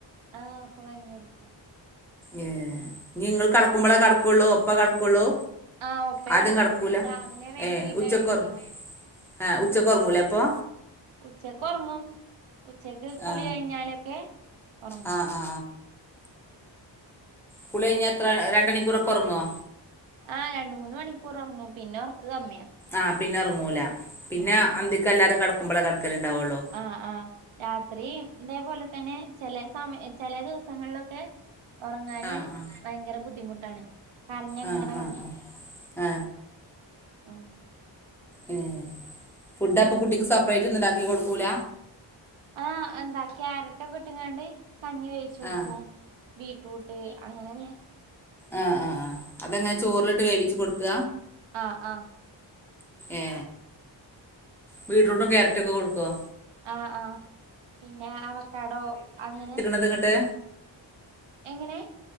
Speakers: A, on the right; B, in the centre.
A: ആഹ്, ഇപ്പം കഞ്ഞി എടുക്കുവാ
B: ഏഹ് നിങ്ങൾ കടക്കുമ്പോളെ കടക്കുള്ളൂ ഒപ്പം കടക്കുള്ളൂ
A: ആഹ് ഒപ്പേ
B: ആദ്യം
A: കടക്കൊള്ളൂ
B: കിടക്കൂല,
A: രാവിലെ വൈകീട്ടാ
B: ഏഹ് ഉച്ചക്കുറ,
A: എണീക്ക
B: ആ ഉച്ചക്കുറങ്ങൂല അപ്പൊ
A: ഉച്ചക്ക് ഉറങ്ങും ഉച്ചക്ക് കുളി
B: ആ
A: കഴിഞ്ഞാലൊക്കെ ഉറങ്ങും
B: ആ ആ ആ കുളി കഴിഞ്ഞാ, എത്ര രണ്ടണിക്കൂറക്കെ കുറങ്ങോ
A: ആഹ് രണ്ട് മൂന്ന് മണിക്കൂർ ഒറങ്ങും പിന്നെ ഉറക്കം കമ്മിയാ
B: ആന് പിന്നെ ഒറങ്ങൂല, പിന്നെ
A: ആഹ്
B: അന്തിക്ക് എല്ലാരും കടക്കുമ്പോളെ കടക്കലിണ്ടാവള്ളോ
A: ആഹ്., ആഹ് രാത്രി ഇതേപോലെ തന്നെ ചെല സമയ ചെല ദിവസങ്ങളിലൊക്കെ ഒറങ്ങാന്
B: ആ ആ
A: ഭയങ്കര ബുദ്ധിമുട്ടാണ് കരഞ്ഞ
B: ആ
A: ങ്ങനെ
B: ആ
A: കടക്കും.
B: ആ ആ
A: ഉം
B: ഏഹ് ഫുഡ് അപ്പൊ കുട്ടിക്ക് സെപ്പറേറ്റ് ഒന്നും ഉണ്ടാക്കി കൊടുക്കൂല
A: ആഹ്, എന്താ ക്യാരറ്റ് ഒക്കെ ഇട്ടങ്ങാണ്ട് കഞ്ഞി ഉണ്ടാക്കി വച്ച് കൊടുക്കും
B: ആ
A: ബീറ്റ് റൂട്ട് അങ്ങനല്ലേ
B: ആ, ആ ആ അതെങ്ങെ ചോറിലിട്ട് വേവിച്ച് കൊടുക
A: ആ, ആ
B: ഏ ബീടറൂട്ടും ക്യാരറ്റൊക്കെ കൊടുക്കുവോ?
A: ആ,, ആ പിന്നെ അവക്കടോ അങ്ങനെ
B: അതങ്ങട്ട്
A: എങ്ങനെ